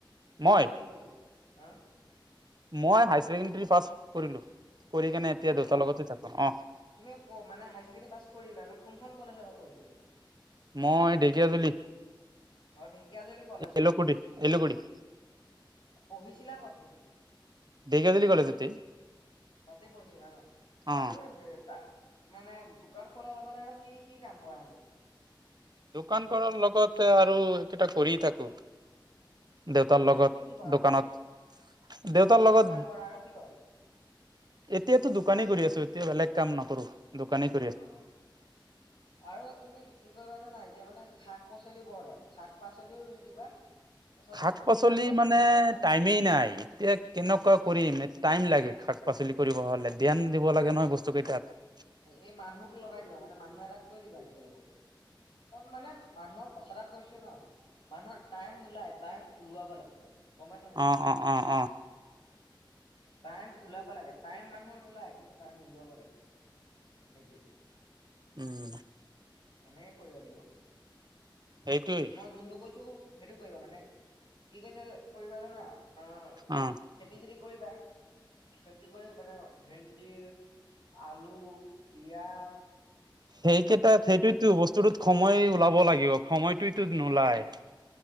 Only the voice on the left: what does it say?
কৈ যোৱা কৈ যোৱা। অঁ'।
কৰিলা
তুমি ক' মানে হায়াৰ ছেকেণ্ডেৰী পাছ কৰিলা ন, কোনখন কলেজৰ পৰা কৰিলা?
অ ঢেকীয়াজুলি কলেজখন
পঢ়িছিলা ক'ত তুমি?
তাতে পঢ়িছিলা ন? আৰু
তুমি বে তা- মানে দোকান খোলাৰ লগতে আৰু কি কি কাম কৰানো?
মানে
কি কি কৰা
কোৱাচোন
দোকান কৰা আৰু কি কৰা
অঁ'। আৰু তুমি কি কৰিবা জানা এতিয়া মানে শাক পাচলি বৰ দাম, শাক পাচলিও ৰুই দিবা। তাৰপিছত
তুমি
দোকানখন
এই মানুহক লগাই দিবা মানে মানুহ এটাক কৈ দিবা এনেকে লগক, মানে- মানুহক কথা এটা কৈছো ন, মানুহৰ টাইম নোলাই টাইম ওলোৱাব লাগে। গম পাইছানে নাই?
টাইম ওলাব লাগে টাইম মানুহৰ নোলায়, কিন্তু- টাইম ওলোৱাব লাগে, সেইটোৱেই।
এনেকে কৰিব লাগিব,
মই যোনটো কৈছো- সেইটো কৰিবা মানে, কি কৈছে কৰিবা জানা? আঁ-
খেতি চেতি কৰিবা, খেতি কৰি মানে ভেন্দি- আলু, পিয়াঁজ-